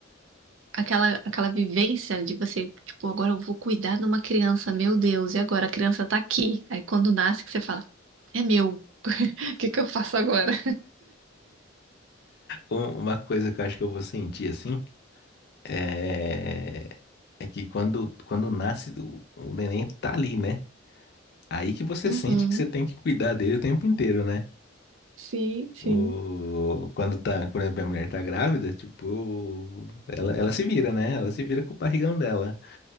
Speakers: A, on the right; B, on the left.
A: aquela, aquela vivência de você, tipo, agora eu vou cuidar de uma criança, meu Deus, e agora a criança tá aqui. Aí quando nasce que você fala, é meu, <laughs> o que que eu faço agora?
B: Um- Uma coisa que eu acho que eu vou sentir assim é, é que quando, quando nasce, o, o neném tá ali, né? Aí que você
A: Uhum,
B: sente que você tem que cuidar dele o tempo inteiro, né?
A: sim, sim.
B: O... Quando tá, por exemplo, minha mulher tá grávida, tipo, ela, ela se vira, né? Ela se vira com o barrigão dela.